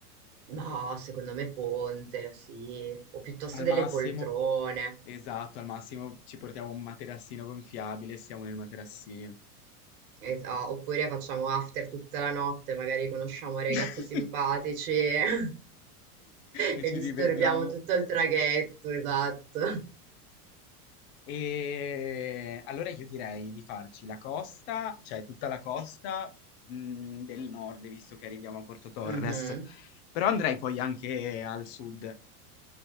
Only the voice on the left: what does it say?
al
massimo,
esatto, al massimo ci portiamo un materassino gonfiabile, stiamo nel materassino
<laughs>
e
ci
divertiamo.
E allora io direi di farci la costa, cioè tutta la costa, mm, del nord, visto che arriviamo a Porto Torres,
però andrei poi anche al sud.